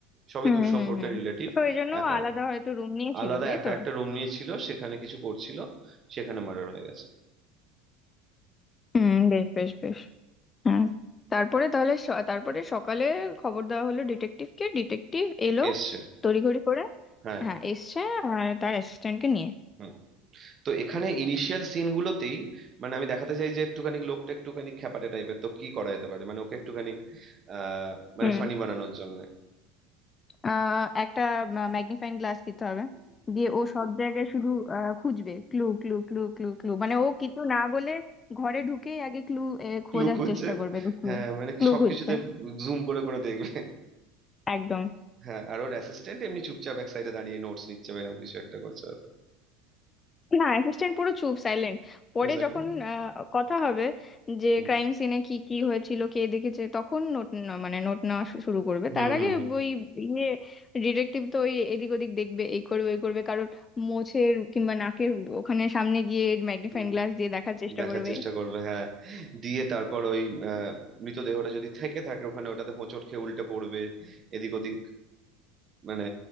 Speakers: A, on the right; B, on the left.
A: সবই
B: হুম
A: দূর সম্পর্কের
B: হুম হুম
A: রিলেটিভ
B: তো এই জন্য
A: একা
B: ও আলাদা হয়তো রুম নিয়েছিল
A: আলাদা
B: তাই
A: একা
B: তো
A: একটা রুম নিয়েছিল সেখানে কিছু করছিল সেখানে মার্ডার হয়ে গেছে
B: হুম বেশ বেশ বেশ হ্যাঁ তারপরে তাহলে স- তারপরে সকালে খবর দেওয়া হলো ডিটেকটিভকে ডিটেকটিভ এলো
A: এসছে
B: তড়িঘড়ি করে
A: হ্যাঁ
B: হ্যাঁ এসছে আর তার অ্যাসিস্ট্যান্টকে নিয়ে
A: হুম। তো এখানে ইনিশিয়াল সিন গুলোতেই মানে আমি দেখাতে চাই যে একটুখানি লোকটা একটুখানি খ্যাপাটে টাইপের তো কি করা যেতে পারে মানে ওকে একটুখানি আহ মানে
B: হুম
A: ফানি বানানোর জন্য
B: আহ, একটা ম্যাগনিফাইং গ্লাস দিতে হবে দিয়ে ও সব জায়গায় শুধু আহ, খুঁজবে clue clue clue clue clue মানে ও কিছু না বলে ঘরে ঢুকেই আগে ক্লু খোঁজার
A: ক্লু খুঁজছে
B: চেষ্টা করবে যে ক্লু
A: হ্যাঁ মানে
B: ক্লু
A: সবকিছুতে
B: খুঁজছে
A: জুম করে করে দেখবে
B: একদম
A: হ্যাঁ আর ওর অ্যাসিস্ট্যান্ট এমনি চুপচাপ এক সাইডে দাঁড়িয়ে নোটস নিচ্ছে বা এরকম কিছু একটা করছে হয়তো
B: না অ্যাসিস্ট্যান্ট পুরো চুপ সাইলেন্ট
A: পুরো
B: পরে
A: silent.
B: যখন আহ, কথা হবে যে
A: হুম
B: ক্রাইম সিনে কি কি হয়েছিল কে দেখেছে তখন নোট মানে নোট নেওয়া শু- শুরু করবে
A: হুম
B: তার আগে
A: হুম
B: ওই ইয়ে ডিটেকটিভ তো ওই এদিক ওদিক দেখবে এই করবে ওই করবে কারোর মোছের কিংবা নাকের ওখানে সামনে গিয়ে ম্যাগনিফাইং
A: হুম
B: গ্লাস দিয়ে দেখার চেষ্টা
A: দেখার
B: করবে
A: চেষ্টা করবে হ্যাঁ দিয়ে তারপর ওই আহ, মৃতদেহটা যদি থেকে থাকে ওখানে ওটাতে হোঁচট খেয়ে উল্টে পড়বে এদিক ওদিক মানে